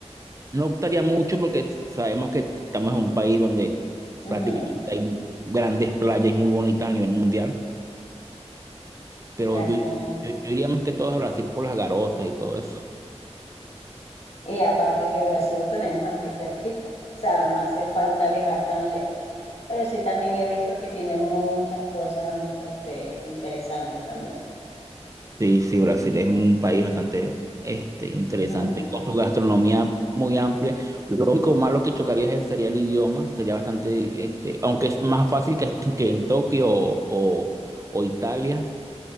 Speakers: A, on the right; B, on the left.
A: No optaría mucho porque sabemos que estamos en un país donde prácticamente
B: Ujú,
A: hay grandes playas y muy bonitas a nivel mundial, pero
B: Así
A: yo,
B: mismo.
A: yo, yo
B: es.
A: iría más que todo a Brasil por las garotas y todo eso.
B: Y aparte que Brasil lo tenemos aquí cerquita, o sea, no hace falta viajar tan lejos. Pero sí también he visto que tiene muchas cosas este, interesantes también.
A: Sí, sí, Brasil es un país bastante este, interesante,
B: Ujú,
A: con su gastronomía muy amplia. Lo único malo que chocaría es- sería el idioma, sería bastante, este, aunque es más fácil que, que en Tokio o, o- o Italia,